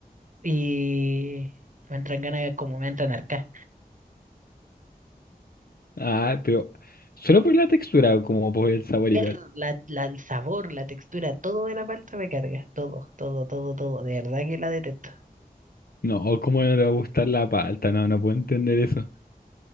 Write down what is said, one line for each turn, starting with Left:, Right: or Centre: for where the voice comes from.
Right: y me entran ganas de- como me entran arcas.
Left: Ah, pero solo por la textura, como por el sabor
Right: Ver
Left: igual.
Right: la, la- el sabor, la textura, todo de la palta me carga. Todo, todo, todo, todo. De verdad que la detesto.
Left: No, ¿cómo no le va a gustar la palta? No, no puedo entender eso.